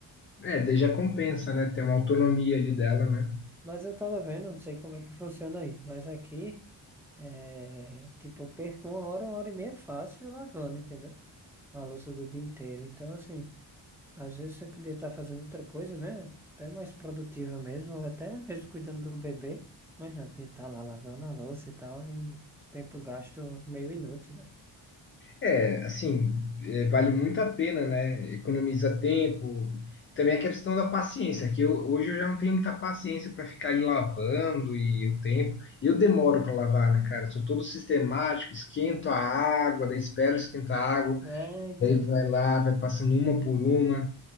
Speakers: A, on the left (about 25°); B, in the centre.
A: É, daí já compensa, né? Ter uma autonomia ali dela, né?
B: Mas eu tava vendo, não sei como é que funciona aí, mas aqui, é, tipo, eu perco uma hora, uma hora e meia fácil lavando, entendeu? A louça do dia inteiro. Então, assim, às vezes você poderia estar fazendo outra coisa, né? Até mais produtiva mesmo, ou até mesmo cuidando do bebê, mas não, tem que estar lá lavando a louça e tal, é um tempo gasto meio inútil, né?
A: É, assim, é, vale muito a pena, né? Economiza tempo. Também a questão da paciência, que eu- hoje eu já não tenho muita paciência para ficar ali lavando e o tempo. E eu demoro para lavar, né, cara? Sou todo sistemático, esquento a água, daí espero esquentar a água,
B: É, então.
A: daí vai lá, vai passando uma por uma.